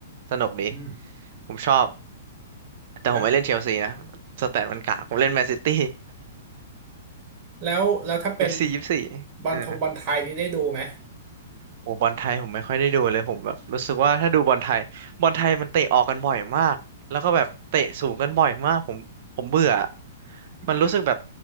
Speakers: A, on the right; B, on the right.
A: สนุกดี
B: อืม
A: ผมชอบ แต่ผมไม่เล่นเชลซีนะ
B: แล้ว
A: สแตทมันกากผมเล่นแมนซิตี้
B: แล้วแล้วถ้าเป็น
A: <laughs> เอฟซียี่สิบสี่เออ
B: บอลทงบอลไทยนี่ได้ดูไหม
A: โอ้บอลไทยผมไม่ค่อยได้ดูเลยผมแบบรู้สึกว่าถ้าดูบอลไทยบอลไทยมันเตะออกกันบ่อยมากแล้วก็แบบเตะสูงกันบ่อยมากผมผมเบื่อ
B: หยุด
A: มันรู้สึกแบบ